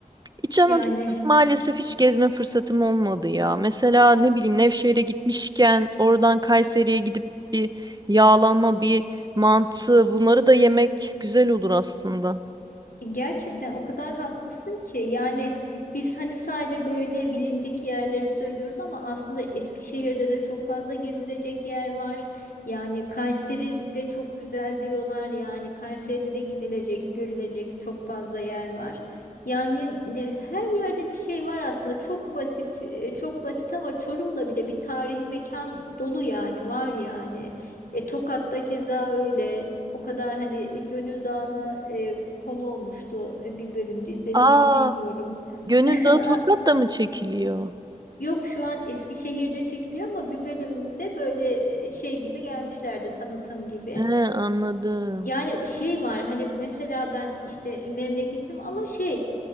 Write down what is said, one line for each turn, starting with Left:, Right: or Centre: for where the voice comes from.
Right: İç Anadolu'yu
Left: Yani
Right: maalesef hiç gezme fırsatım olmadı ya. Mesela ne bileyim Nevşehir'e gitmişken oradan Kayseri'ye gidip bir yağlama, bir mantı bunları da yemek güzel olur aslında.
Left: Gerçekten o kadar haklısın ki yani biz hani sadece böyle bilindik yerleri söylüyoruz ama aslında Eskişehir'de de çok fazla gezilecek yer var. Yani Kayseri de çok güzel diyorlar yani Kayseri'de de gidilecek, görülecek çok fazla yer var. Yani e, her yerde bir şey var aslında çok basit e, çok basit ama Çorum'da bile bir tarihi mekan dolu yani var yani. E, Tokat'ta keza öyle. O kadar hani e, Gönül Dağı'na e, konu olmuştu. E, Bir bölümde izledin
Right: Aa,
Left: mi bilmiyorum.
Right: Gönül
Left: <laughs>
Right: Dağı
Left: Aa,
Right: Tokat'ta mı çekiliyor?
Left: Yok şu an Eskişehir'de çekiliyor ama bir bölümde böyle e, şey gibi gelmişlerdi tanıtım gibi.
Right: He anladım.
Left: Yani şey var hani mesela ben işte memleketim ama şey